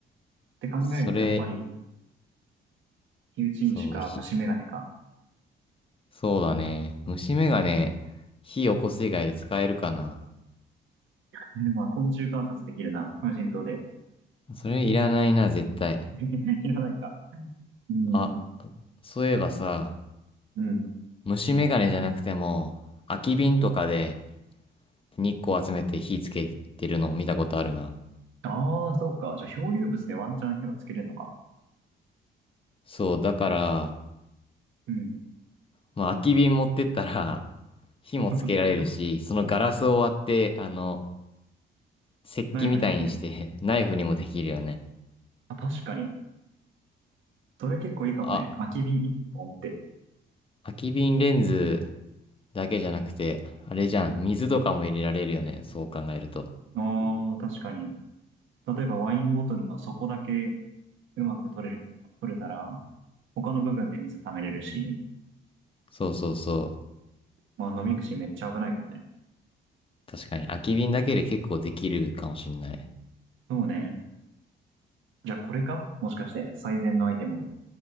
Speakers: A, on the right; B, on the left.
A: て考えるとやっぱり、
B: それ、
A: 火打ち石か虫眼鏡か。
B: そう、火、そうだね。虫眼鏡、火起こす以外で使えるかな。
A: <laughs> えまあ昆虫観察できるな。無人島で。
B: それいらないな、絶対。
A: <laughs> いらないか。うん。
B: あ、そういえばさ、
A: うん。
B: 虫眼鏡じゃなくても、空き瓶とかで日光集めて火つけてるの見たことあるな。
A: ああ、そうか。じゃあ漂流物でワンチャン火はつけれるのか。
B: そう、だから、
A: うん。
B: まあ、空き瓶持ってったら、<laughs> 火もつけられるし、
A: <laughs>
B: そのガラスを割って、あの、石器みたいにして
A: ナイフにできる。
B: <laughs> ナイフにもできるよね。
A: あ、確かに。それ結構いいかもね。
B: あ、
A: 空き瓶一本って。
B: 空き瓶レンズだけじゃなくて、あれじゃん、水とかも入れられるよね。そう考えると。
A: ああ、確かに。例えばワインボトルの底だけうまく取れる、取れたら、他の部分で水溜めれるし、
B: そうそうそう。
A: まあ、飲み口めっちゃ危ないけどね。
B: 確かに、空き瓶だけで結構できるかもしんない。
A: そうね。じゃあこれかもしかして、最善のアイテム。